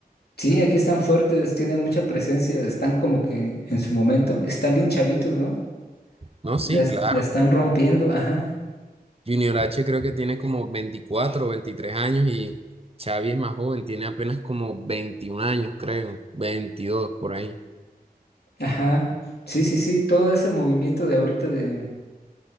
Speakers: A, on the left (about 80°); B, on the right (about 35°).
A: Sí, aquí están fuertes, tienen mucha presencia, están como que en su momento, están bien chavitos, ¿no?
B: No,
A: Las,
B: sí, claro.
A: la están rompiendo, ajá,
B: Junior H creo que tiene como 24 o 23 años y Xavi es más joven, tiene apenas como 21 años, creo, 22 por ahí.
A: ajá. Sí, sí, sí, todo ese movimiento de ahorita de,